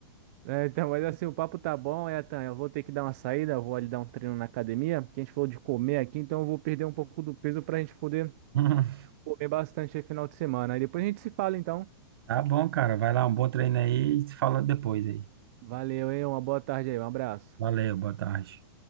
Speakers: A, on the right (about 35°); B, on the right (about 60°).
A: É, então, mas assim, o papo tá bom, Etan. Eu vou ter que dar uma saída, eu vou ali dar um treino na academia, porque a gente falou de comer aqui, então eu vou perder um pouco do peso pra gente poder
B: <laughs>
A: comer bastante aí final de semana. Aí depois a gente se fala, então.
B: Tá bom, cara. Vai lá, um bom treino aí e se fala depois aí.
A: Valeu, hein? Uma boa tarde aí, um abraço.
B: Valeu, boa tarde.